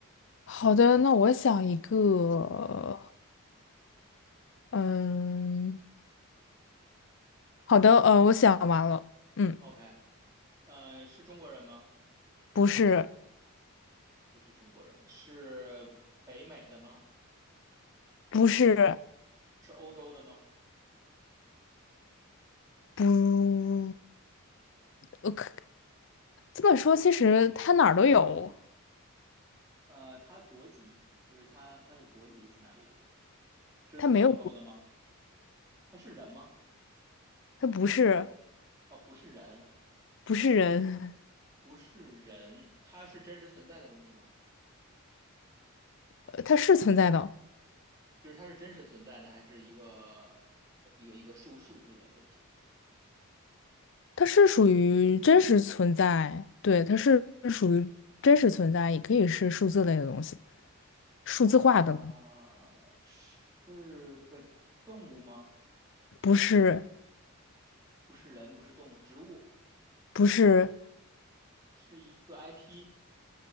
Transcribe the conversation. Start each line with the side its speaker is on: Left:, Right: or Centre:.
Left: 好的，那我想一个，
Right: 嗯
Left: 嗯，好的，呃，我想完了，嗯，
Right: ，OK，呃，是中国人吗？
Left: 不是，
Right: 不是中国人，是北美的吗？
Left: 不是，
Right: 是欧洲的吗？
Left: 不，呃，可这么说，其实它哪儿都有，
Right: 呃，他国籍就是他他的国籍是哪里的？是是欧洲的吗？
Left: 它没有不，
Right: 他是人吗？
Left: 它不是
Right: 哦，不是人，
Left: 不是人，
Right: 不是人，他是真实存在的东西吗？
Left: 呃它是存在的，
Right: 就是它是真实存在的，还是一个一个一个数数字的东西
Left: 它是属于真实存在，对，它是属于真实存在，也可以是数字类的东西，数字化的，
Right: 啊？是个动物吗？
Left: 不是
Right: 不是人，不是动物，植物，
Left: 不是，
Right: 是一个 IP，